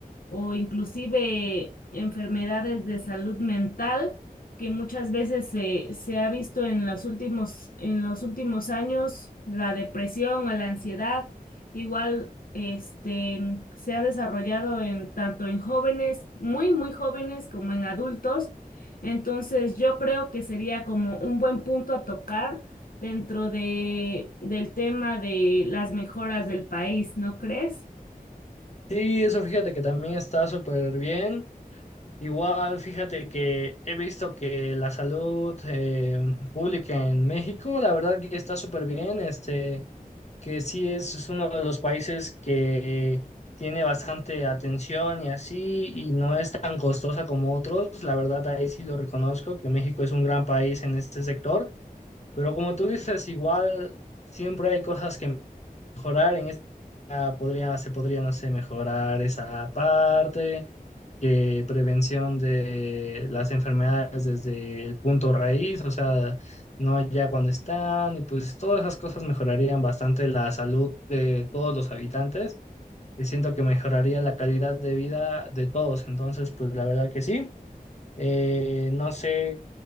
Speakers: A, on the left; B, on the left.
A: o inclusive enfermedades de salud mental que muchas veces se, se ha visto en los últimos, en los últimos años, la depresión o la ansiedad. Igual, este, se ha desarrollado en tanto en jóvenes, muy, muy jóvenes, como en adultos. Entonces, yo creo que sería como un buen punto a tocar dentro de, del tema de las mejoras del país, ¿no crees?
B: Sí, eso fíjate que también está súper bien. Igual, fíjate que he visto que la salud eh, pública en México, la verdad que está súper bien, este. que sí es, es uno de los países que tiene bastante atención y así, y no es tan costosa como otros. La verdad, ahí sí lo reconozco, que México es un gran país en este sector, pero como tú dices, igual siempre hay cosas que mejorar. En esta podría, se podría, no sé, mejorar esa parte que prevención de las enfermedades desde el punto raíz, o sea, no ya cuando están, y pues todas esas cosas mejorarían bastante la salud de todos los habitantes y siento que mejoraría la calidad de vida de todos, entonces pues la verdad que sí. Eh, no sé,